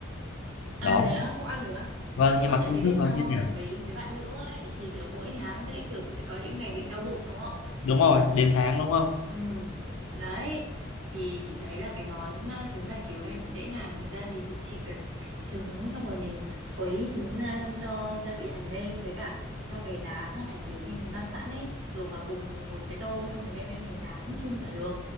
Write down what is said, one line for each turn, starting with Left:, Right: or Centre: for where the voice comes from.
Right: à
Left: đó
Right: thế á không ăn được á
Left: vâng
Right: nhưng
Left: nhưng
Right: mà
Left: mà
Right: tại
Left: cũng
Right: vì biết
Left: thức đó
Right: sao
Left: như
Right: không
Left: thế nào
Right: mấy mấy bạn nữ ấy thì kiểu mỗi tháng sẽ kiểu sẽ có những ngày bị đau bụng đúng không
Left: đúng rồi đến tháng đúng không
Right: Ừ. Đấy thì chị thấy là cái món ờ, trứng gà cứu này nó dễ làm thực ra thì cũng chỉ cần trứng xong rồi mình khuấy trứng ra xong cho gia vị hạt nêm với cả cho cái lá ngải cứu mình băm sẵn ấy đổ vào cùng một cái tô xong mình đem lên mình rán chung là được